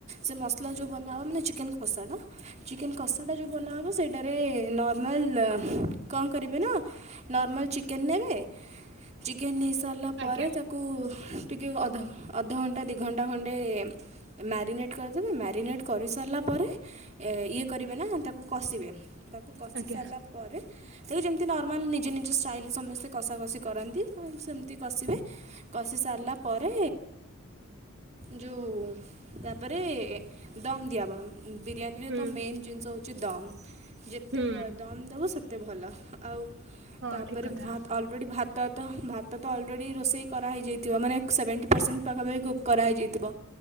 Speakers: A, on the right; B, on the right.
A: ସେ ମସଲା ଯଉ ବନାହେବ ମାନେ ଚିକେନ କସାଟା ଚିକେନ କଷଟା ଯଉ ବନାହେବ ସେଇଟାରେ ନର୍ମାଲ କଣ କରିବେ ନା? ନରମାଳ ଚିକେନ ନେବେ ଚିକେନ ହେଇସାରିଲା ପରେ।
B: ଆଜ୍ଞା
A: କୁ ଟିକେ ଅଧ ଅଧଘଣ୍ଟା ଦିଇ ଘଣ୍ଟା ଖଣ୍ଡେ? ମ୍ୟାରିନେଟ୍ କରିଦେବେ ମ୍ୟାରିନେଟ୍ କରିସାରିଲା ପରେ। ଇଏ କରିବେ ନା ତାକୁ କଷିବେ ତାକୁ କଷି
B: ଆଜ୍ଞା
A: ସାରିଲା ପରେ ତାକୁ ଯେମିତି ନର୍ମାଲ ନିଜ ନିଜ ଷ୍ଟାଇଲି ସମସ୍ତେ କଷାକଷି କରନ୍ତି ସେମିତି କଷିବେ କଷି ସାରିଲା ପରେ ଯୋଉ ତାପରେ ଦମ୍ ଦିଆହବ ବିରିୟାନୀରେ
B: ହୁଁ
A: ତ ମେନ୍ ଜିନିଷ ହେଉଚି ଦମ୍ ଯେତେ
B: ହୁଁ
A: ଭ ଦମ୍ ଦବ ସେତେ ଭଲ ଆଉ
B: ହଁ
A: ତାପରେ
B: ଠିକ କଥା
A: ଭାତ ଅ୍ ଅଲରେଡ଼ି ଭାତ ତ ଭାତ ତ ଅଲରେଡ଼ି ରୋଷେଇ କରାହେଇଯାଇଥିବ ମାନେ ସେଭେଣ୍ଟି ପରସେଣ୍ଟ ପାଖାପଖି କୁକ୍ କରାହେଇଯାଇଥିବ